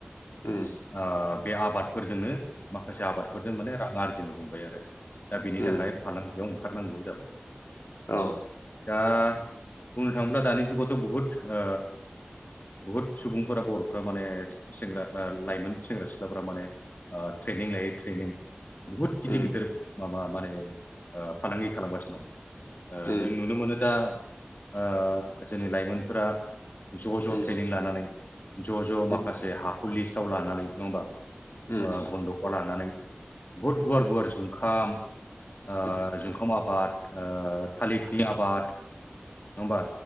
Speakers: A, on the left; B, on the left.
A: उम उम
B: ओ बे आबादफोरजोंनो माखासे आबादफोरजों माने रां आरजिनो हमबाय आरो दा बेनि
A: उम
B: थाखाय फालांगिआव ओंखार नांगौ जाबाय
A: औ
B: दा बुंनो थांओब्ला दानि जुगावथ' बहुत आ बुहुद सुबुंफोरा बर'फोरा माने सेंग्रा आ लाइमोन सेंग्रा सिख्लाफोरा माने आ ट्रेनिं लायो ट्रेनिं बुहुद गिदिर
A: उम
B: गिदिर
A: उम
B: माबा माने ओ फालांगि खालामगासिनो दं
A: उम
B: ओ जों नुनो मोनो दा ओ जोंनि लाइमोनफोरा ज'
A: उम
B: ज' ट्रेनिं लानानै ज' ज'
A: उम
B: माखासे हाखौ लिस्टआव लानानै नङा होमबा
A: उम
B: ओ
A: उम
B: बन्दकआव लानानै बुहुद गुवार गुवार जुंखाम
A: उम
B: आ जुंखाम आबाद ओ थालिरनि आबाद नङा होमबा